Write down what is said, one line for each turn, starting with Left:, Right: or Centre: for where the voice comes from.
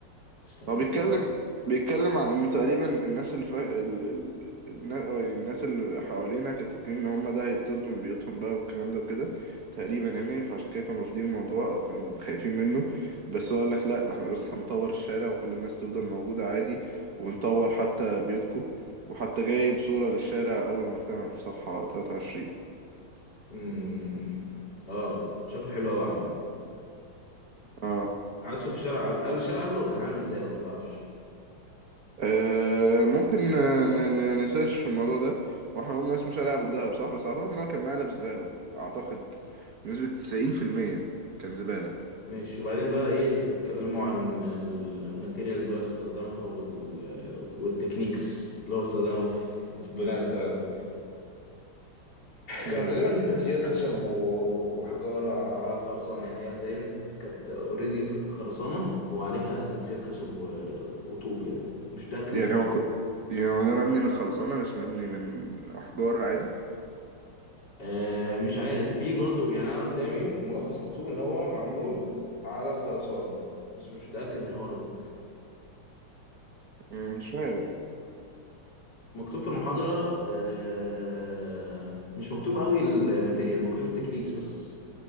Left: استنى
Right: هو بيتكلم
Left: كده
Right: بيتكلم عن انه تقريبا الناس اللي فا... ال... ال... الناس... أو الناس اللي حوالينا كانت فاكرين ان هم ده هيطردوا من بيوتهم بقى والكلام ده وكده تقريبا يعني فعشان كده كانوا رافضين الموضوع او كانوا خايفين منه بس هو قال لك لا ده احنا بس هنطور الشارع وكل الناس تفضل موجودة عادي ونطور حتى بيوتكم وحتى جايب صورة للشارع اول ما اكتمل في صفحة 23
Left: مم. اه شكله حلو قوي عامة
Right: اه
Left: عايز اشوف الشارع قبل قبل الشارع قبله كان عامل ازاي ولا متعرفش
Right: آه ممكن آه، ن- ن- نسيرش في الموضوع ده واحنا قلنا اسمه شارع ابو الدهب صح بس اعتقد ان هو كان مقلب زبالة اعتقد بنسبة 90% كان زبالة
Left: ماشي وبعدين بقى ايه بيتكلموا عن الماتيريالز بقى اللي استخدمها وال... والتكنيكس اللي هو استخدمها في في البناء بتاع
Right: مم.
Left: كان غالبا تكسيات خشب و- وحجارة على الخرسانة يعني هي تقريبا كانت اوريدي خرسانة وعليها تكسيات خشب و- وطوب يعني مش متأكد من
Right: يعني
Left: الحوار
Right: هو ك- يعني هو ده مبني من خرسانة مش مبني من احجار عادي
Left: آه، مش عارف في برضو يعني أنا قدامي ملخص مكتوب إن هو معمول على خرسانة بس مش متأكد من الحوار ده
Right: مم، مش عارف
Left: مكتوب في المحاضرة آه، مش مكتوب قوي الماتيريال مكتوب التكنيكس بس